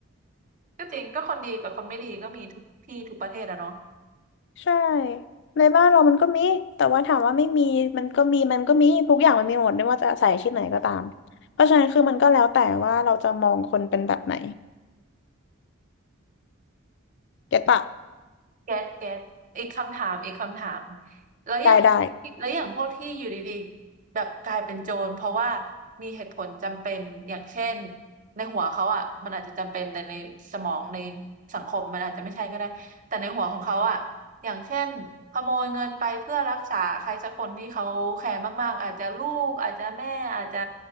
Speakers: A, on the right; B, on the left.
A: ก็จริงก็คนดีกับคนไม่ดีก็มีทุกที่ทุกประเทศอะเนาะ
B: ใช่ในบ้านเรามันก็มีแต่ว่าถามว่าไม่มีมันก็มีมันก็มีทุกอย่างมันมีหมดไม่ว่าจะใส่อาชีพไหนก็ตามเพราะฉะนั้นคือมันก็แล้วแต่ว่าเราจะมองคนเป็นแบบไหนเก็ตปะ
A: แก๊สแก๊สอีกคำถามอีกคำถามแล้วอย่าง
B: ได้ได้
A: แล้วอย่างพวกที่อยู่ดีๆแบบกลายเป็นโจรเพราะว่ามีเหตุผลจำเป็นอย่างเช่นในหัวเขาอ่ะมันอาจจะจำเป็นแต่ในสมองในสังคมมันอาจจะไม่ใช่ก็ได้แต่ในหัวของเขาอ่ะอย่างเช่นขโมยเงินไปเพื่อรักษาใครสักคนที่เขาแคร์มากๆอาจจะลูกอาจจะแม่อาจจะ